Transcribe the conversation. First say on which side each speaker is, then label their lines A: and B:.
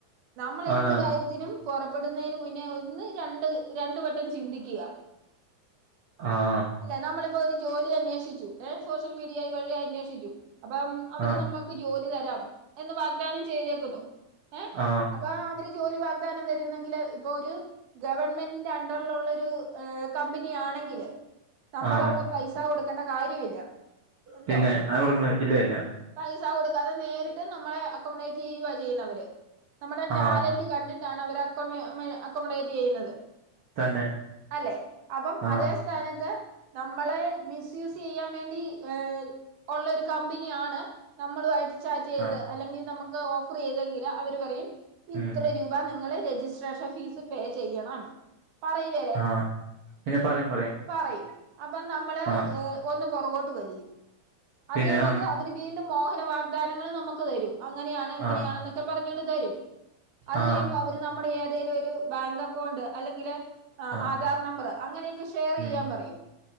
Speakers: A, on the right; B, on the right.
A: നമ്മൾ എന്ത്
B: ആണാണ്
A: കാര്യത്തിനും പൊറപ്പെടുന്നതിന് മുന്നേ ഒന്ന് രണ്ട് രണ്ട് വട്ടം ചിന്തിക്കുക
B: ആഹ്
A: അല്ല നമ്മളിപ്പോ ഒരു ജോലി അന്വേഷിച്ചു ഏ സോഷ്യൽ മീഡിയ വഴി അന്വേഷിച്ചു അപ്പം അവര്
B: ആ
A: നമ്മ ക്ക് ജോലി തരാം എന്ന് വാ ഗ് ദാനം ചെയ്തേക്കുന്നു ഏ
B: ആഹ്
A: അപ്പൊ അവര് ജോലി വാഗ് ദാനം തരുന്നെങ്കില് ഇപ്പൊ ഒരു ഗവൺമെന്റിന്റെ അണ്ടറിലുള്ളരു കമ്പനിയ ആണെങ്കിൽ നമ്മൾവിടെ
B: ആ
A: പൈസ കൊടുക്കേണ്ട കാര്യമില്ല ഉണ്ടോ
B: പിന്നെ അങ്ങനെ കൊടുക്കേ ഇല്ല ഇല്ല
A: പൈസ കൊടുക്കുക്കാതെ നേരിട്ട് നമ്മളെ അക്കോമഡേറ്റ് ചെയ്യുക ചെയ്യുന്നവര് നമ്മുടെ ടാലന്റ്
B: ആ
A: കണ്ടിട്ടാണ് അവർ അക്കോമ അക്കോമഡേറ്റ് ചെയ്യുന്നത്
B: തന്നെ
A: അല്ലേ അപ്പം
B: ആ
A: അതേ സ്ഥാനത്ത് നമ്മളെ മിസ്യൂസെയ്യാൻ വേണ്ടി ഏ ഒള്ളൊരു കമ്പെനിയാണ് നമ്മളുവായിട്ട് ചാറ്റെയ്ത്
B: ആ
A: അല്ലെങ്കി നമ്ക്ക് ഓഫെറെയ്തെങ്കിൽ അവർ പറയും ഇത്ര
B: ഉം
A: രൂ വാ നിങ്ങൾ രെജിസ്ട്രേഷൻ ഫീസ് പേ ചെയ്യണം പറയും ല്ലെ
B: ആഹ് പിന്നെ പറയും
A: പറയും അപ്പൊ നമ്മൾ
B: ആഹ്
A: ഒന്ന് പൊറകോട്ട് വലിയും അത്
B: പിന്നെ
A: കഴ്ഞ്ഞിട്ട്
B: ആന്ന്
A: അവര് വീണ്ടും മോഹന വാഗ്ദാനങ്ങൾ നമുക്ക് തരും അങ്ങനെയാണ് ഇങ്ങനെയണെന്നൊക്കെ
B: ആഹ്
A: പറഞ്ഞോണ്ട് തരും അത്
B: ആഹ്
A: കഴിയുമ്പോ അവര് നമ്മുടെ ഏതെലൊരു ബാങ്കക്കൗണ്ട് അല്ലെങ്കിൽ
B: ആഹ്
A: ആധാർ നമ്പർ അങ്ങനെയൊക്കെ ഇഷ് ഷെയറെയ്യാൻ
B: ഉം
A: പറയും